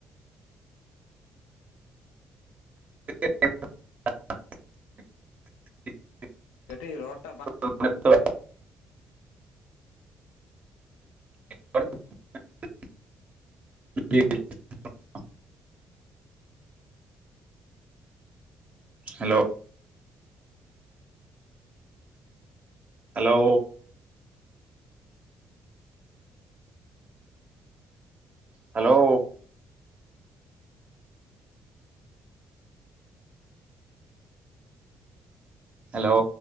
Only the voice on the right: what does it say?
<unintelligible>
<unintelligible> <unintelligible> ᱴᱷ <unintelligible> ᱦᱮᱞᱳ ᱦᱮᱞᱳ᱾ ᱦᱮᱞᱳ᱾ ᱦᱮᱞᱳ᱾